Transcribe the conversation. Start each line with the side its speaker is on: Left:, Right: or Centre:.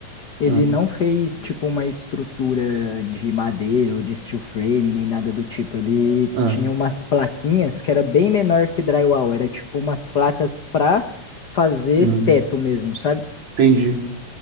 Left: ele
Right: Ah,
Left: não fez tipo uma estrutura de madeira ou de steel frame nem nada do tipo. Ele
Right: ah,
Left: tinha umas plaquinhas que era bem menor que drywall, era tipo umas placas pra fazer
Right: hum,
Left: teto mesmo, sabe?
Right: entendi.